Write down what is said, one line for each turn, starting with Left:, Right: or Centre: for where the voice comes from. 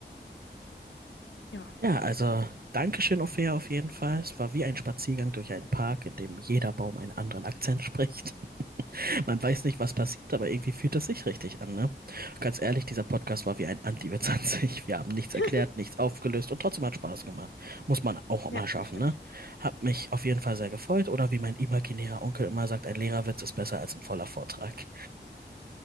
Left: Ja.
Right: Ja, also Dankeschön, Ophäa, auf jeden Fall. Es war wie ein Spaziergang durch einen Park, in dem jeder Baum einen anderen Akzent spricht. Man weiß nicht, was passiert, aber irgendwie fühlt es sich richtig an, ne? Und Ganz ehrlich, dieser Podcast war wie ein Anti-Witz an sich. Wir haben nichts
Left: <laughs>
Right: erklärt, nichts aufgelöst und trotzdem hat Spaß gemacht. Muss man auch
Left: Ja,
Right: mal schaffen,
Left: das stimmt.
Right: ne? Hab mich auf jeden Fall sehr gefreut oder wie mein imaginärer Onkel immer sagt, ein Lehrerwitz ist besser als ein voller Vortrag.